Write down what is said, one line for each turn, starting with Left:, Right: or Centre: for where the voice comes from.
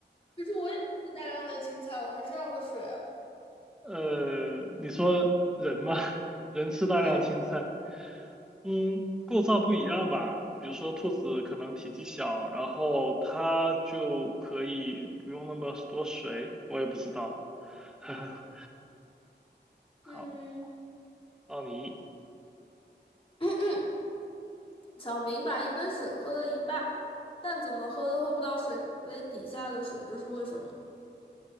Left: 就是我也吃大量的青菜，我还是要喝水啊。
Centre: 呃，你说人嘛，<laughs> 人吃大量青菜，
Left: 对呀，
Centre: 嗯，构造不一样吧？比如说兔子可能体积小，然后它就可以不用那么多水，我也不知道。<laughs> 好。
Left: 嗯，
Centre: 奥尼，
Left: <clears throat> 小明把一杯水喝了一半，但怎么喝都喝不到水杯底下的水，这是为什么？